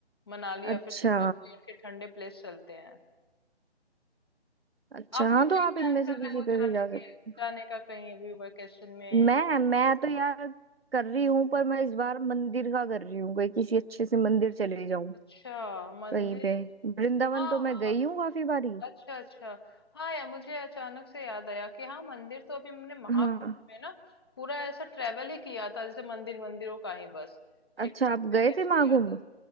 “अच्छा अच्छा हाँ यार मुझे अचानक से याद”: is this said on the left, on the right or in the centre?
Left